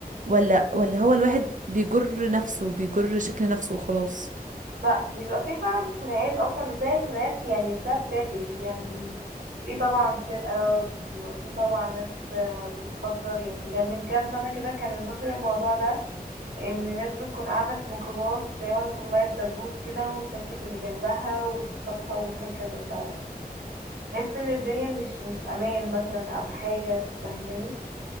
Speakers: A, on the right; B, on the right.
A: ولا ولا هو الواحد بيجر نفسه بيجر شكل نفسه وخلاص
B: لا بيبقى في فعلا خناقات اصلا بتلاقي خناقات يعني بسبب تافه يعني في طبعا سرقة وبيبقى في طبعا ناس آه، بتخدر يعني كان من كام سنة كده كان انتشر الموضوع ده ان ناس بتكون قاعدة في ميكروباص تلاقي واحدة طلعت دبوس كده وشكت اللي جنبها وتخطفها وهكذا فتحس ان الدنيا مش مش امان مثلا او حاجة فاهماني